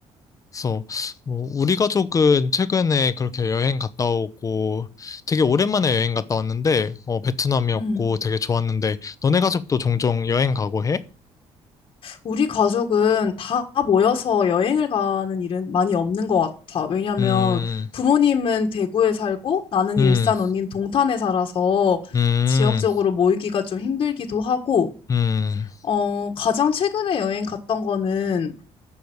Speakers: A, on the left; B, on the left.
A: 그래서 뭐 우리 가족은 최근에 그렇게 여행 갔다 오고 되게 오랜만에 여행 갔다 왔는데 어, 베트남이었고
B: 음.
A: 되게 좋았는데 너네 가족도 종종 여행 가고 해?
B: 우리 가족은 다 모여서 여행을 가는 일은 많이 없는 것 같아. 왜냐면
A: 음,
B: 부모님은 대구에 살고 나는
A: 음,
B: 일산 언니는 동탄에 살아서
A: 음,
B: 지역적으로 모이기가 좀 힘들기도 하고,
A: 음,
B: 어, 가장 최근에 여행 갔던 거는,